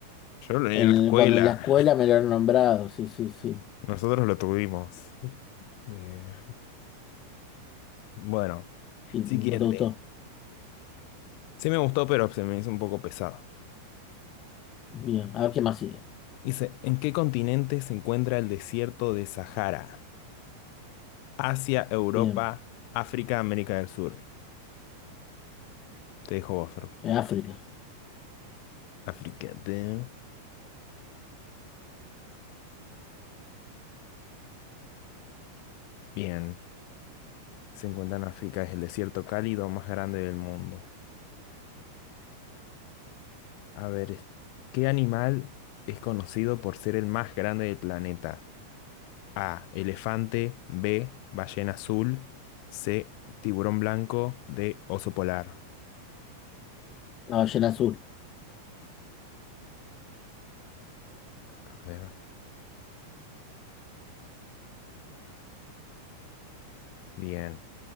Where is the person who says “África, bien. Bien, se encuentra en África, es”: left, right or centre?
Left